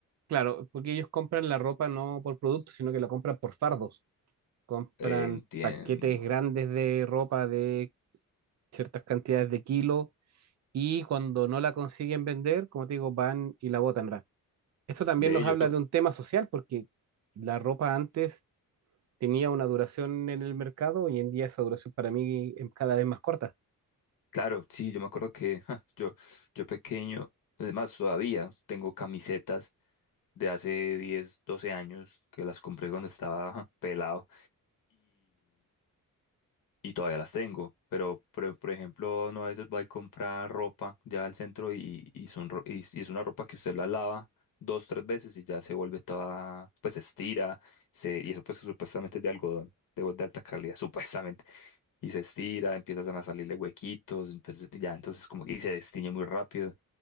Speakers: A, on the right; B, on the left.
A: Claro, porque ellos compran la ropa no por producto, sino que la compran por fardos. Compran
B: Entiendo.
A: paquetes grandes de ropa de ciertas cantidades de kilos y cuando no la consiguen vender, como te digo, van y la botan. ra. Esto también
B: Ve,
A: nos
B: yo
A: habla
B: to-
A: de un tema social, porque la ropa antes tenía una duración en el mercado, hoy en día esa duración para mí es cada vez más corta.
B: claro, sí, yo me acuerdo que ja, yo, yo pequeño, además todavía tengo camisetas de hace 10, 12 años que las compré cuando estaba ja, pelado. y todavía las tengo, pero por, por ejemplo, uno a veces va a comprar ropa ya al centro y, y, son ro- y es y es una ropa que usted la lava dos, tres veces y ya se vuelve toda, pues se estira, se, y eso pues supuestamente es de algodón, de, de alta calidad, <laughs> supuestamente, y se estira, empiezan a salirle huequitos, entonces, ya entonces como, y se destiñe muy rápido.